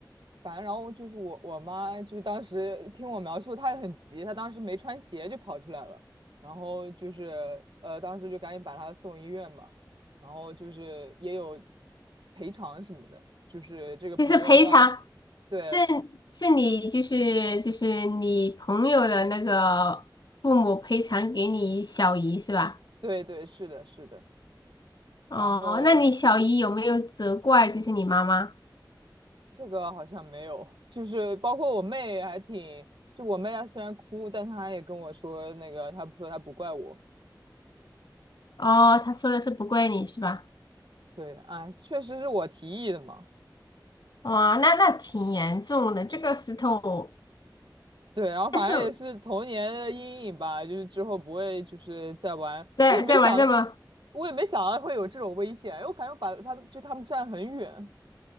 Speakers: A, on the right (about 80°); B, on the left (about 60°).
A: 反正然后就是我我妈，就是当时听我描述，她也很急，她当时没穿鞋就跑出来了，然后就是呃，当时就赶紧把她送医院嘛，然后就是也有赔偿什么的，就是这个朋友当，
B: 就是赔偿，
A: 对
B: 是是你就是就是你朋友的那个父母赔偿给你小姨是吧？
A: 对对，是的，是的，
B: 哦，
A: 然后
B: 那你小姨有没有责怪就是你妈妈？
A: 这个好像没有，就是包括我妹还挺，就我妹她虽然哭，但她也跟我说那个，她说她不怪我。
B: 哦，她说的是不怪你是吧？
A: 对，哎，确实是我提议的嘛。
B: 哇，那那挺严重的，这个石头，
A: 对，然后反正也是童年的阴影吧，
B: 但是
A: 就是之后不会就是再玩。
B: 在在玩这么，
A: 我也没想到，我也没想到会有这种危险，因为我感觉我把他们就他们站很远。